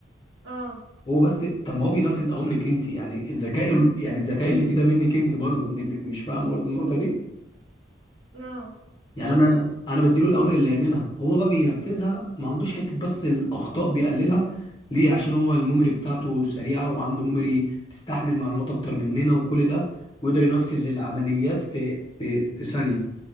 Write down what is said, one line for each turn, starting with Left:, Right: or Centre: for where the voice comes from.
Right: اه
Left: هو بس طب ما هو بينفذ اوامرك انت يعني الذكاء يعني الذكاء اللي فيه ده منك انت برضو انت مش فاهمه برضو النقطه دي
Right: اه
Left: يعني
Right: في
Left: انا انا بديله الاوامر اللي يعملها هو بقى بينفذها ما عندوش حته بس الاخطاء بيقللها ليه عشان هو الميموري بتاعته سريعه وعنده ميموري تستحمل معلومات اكتر مننا وكل ده ويقدر ينفذ العمليات في في في ثانيه